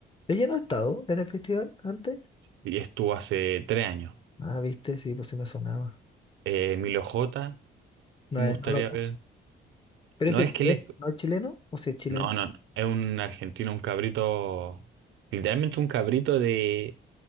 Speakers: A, on the left; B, on the right.
A: ¿Ella no ha estado en el festival antes?
B: Y estuvo hace tres años.
A: Ah, viste, sí, pues sí me sonaba.
B: Eh, Milo J,
A: No,
B: me
A: eh,
B: gustaría
A: no lo cacho.
B: ver.
A: ¿Pero
B: No
A: ese
B: es
A: es chileno?
B: que él es...
A: ¿No es chileno? ¿O si es chileno?
B: No, no, no. es un argentino, un cabrito, literalmente un cabrito de